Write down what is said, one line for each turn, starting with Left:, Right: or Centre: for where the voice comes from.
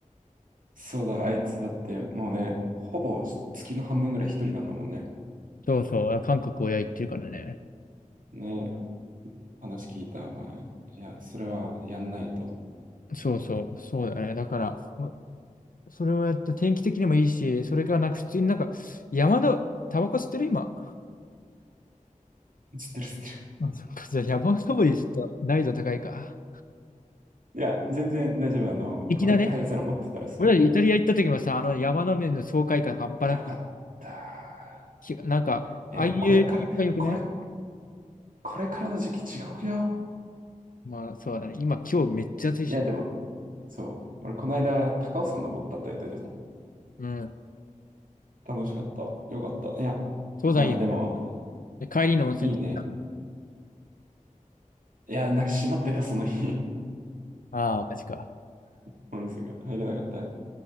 Right: そうだ、あいつだってもうね、ほぼ月の半分ぐらい一人なんだもんね。
Left: そうそう、韓国親行ってるからね。
Right: ねえ、話聞いた。まあ、いや、それはやんないと。
Left: そうそう、そうだね。だから、おそれをやって天気的にもいいし、それからなんか普通になんか、山の、タバコ吸ってる今。
Right: 知ってる知ってる。
Left: あ、そっか、じゃあ山登りちょっと難易度高いか。
Right: いや、全然大丈夫。あの、
Left: 粋だね。
Right: ポケットハイゼロ持ってたらそれから。
Left: 俺らイタリア行った時もさ、あの山の面の爽快感半端なく、
Right: やよかった。
Left: きなんか、
Right: え、
Left: ああいう気感良くない
Right: でもこれから、これ、これからの時期地獄よ。
Left: まあ、そうだね。今、今日めっちゃ暑いし。
Right: いや、でも、そう。俺この間、高尾山登ったんだよね、でも。
Left: うん。
Right: 楽しかった。よかった。いや、
Left: 登山いいよね。
Right: まあでも、
Left: で、帰りの温泉。
Right: いいね。いや、なんか閉まってた、その日。
Left: ああ、マジか。
Right: <laughs> 本数が入れなかったよ。